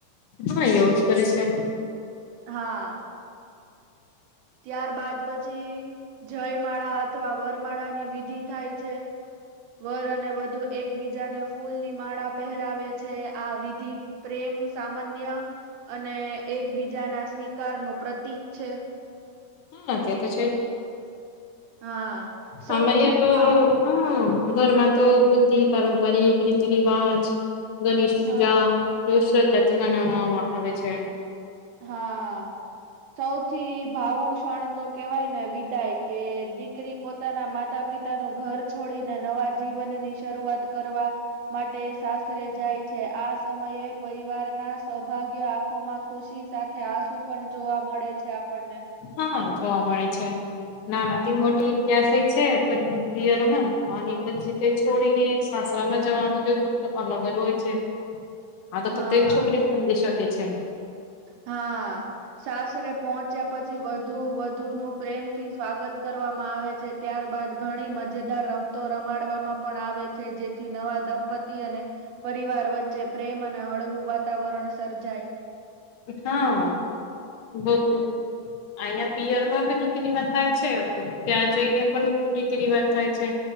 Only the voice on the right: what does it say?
હા ત્યાર બાદ પછી જયમાળા અથવા વરમાળા ની વિધિ થાય છે. વર અને વધુ એકબીજાને ફૂલની માળા પહેરાવે છે આ વિધિ પ્રેમ સામાન્ય અને એકબીજા ના સ્વીકાર નું પ્રતીક છે.
હા સૌથી
ભાવુક
હા
હા સૌથી ભાવુક ક્ષણ તો કેવાય ને વિદાય કે દીકરી પોતે પોતાના માતા પિતાનુ ઘર છોડીને નવા જીવનની શરૂઆત કરવા માટે સાસરે જાય છે આ સમયે પરિવાર ના સૌભાગ્ય આંખોમાં ખુશી સાથે આંસુ પણ જોવા મળે છે આપણને.
<unintelligible>
હા,
હા. સાસરે પહોંચ્યા પછી વધુ વધુ નું પ્રેમથી સ્વાગત કરવામાં આવે છે. ત્યારબાદ ઘણી મજેદાર રમતો રમાડવામાં પણ આવે છે જેથી નવા દંપતી અને પરિવાર વચ્ચે જે પ્રેમ અને હળવું વાતાવરણ સર્જાય